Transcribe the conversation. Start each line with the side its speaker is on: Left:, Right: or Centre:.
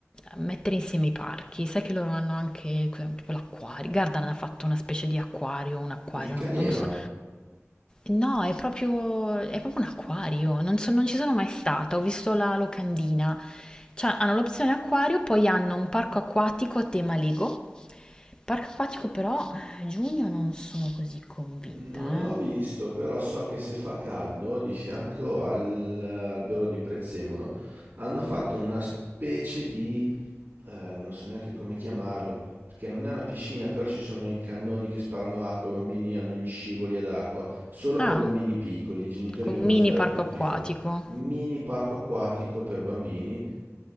Left: mettere insieme i parchi. Sai che loro hanno anche cos'è, tipo l'acquario. Gardaland ha fatto una specie di acquario, un acquario,
Right: Il Caneva
Left: non, non lo so. No, è proprio, è proprio un acquario, non, so- non ci sono mai stata, ho visto la locandina, cioè, hanno l'opzione acquario, poi hanno un parco acquatico a tema Lego. Parco acquatico però, eh, giugno non sono così convinta,
Right: non
Left: eh.
Right: l'ho visto, però so che se fa caldo, di fianco all'albero di Prezzemolo, hanno fatto una specie di, eh, non so neanche come chiamarlo, perché non è una piscina, però ci sono i cannoni che sparano acqua, i bambini hanno gli scivoli ad acqua, solo
Left: Ah,
Right: per bambini piccoli, i genitori
Left: un
Right: devono
Left: mini
Right: stare
Left: parco
Right: tutti
Left: acquatico.
Right: fuori. Mini parco acquatico per bambini